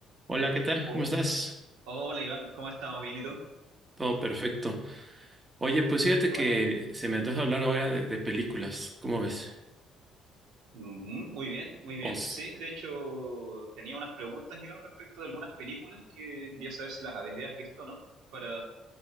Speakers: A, on the right; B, on the right.
A: Hola, ¿qué tal?
B: Oh,
A: ¿Cómo estás?
B: hola Iván, ¿cómo estamos? ¿Bien y tú?
A: Todo perfecto. Oye, pues fíjate
B: Qué bueno.
A: que se me antoja hablar ahora de, de películas. ¿Cómo ves?
B: Ujú, muy bien, muy bien.
A: Os-
B: Sí, de hecho tenía unas preguntas, Iván, respecto de algunas películas que quería saber si las habías visto o no, para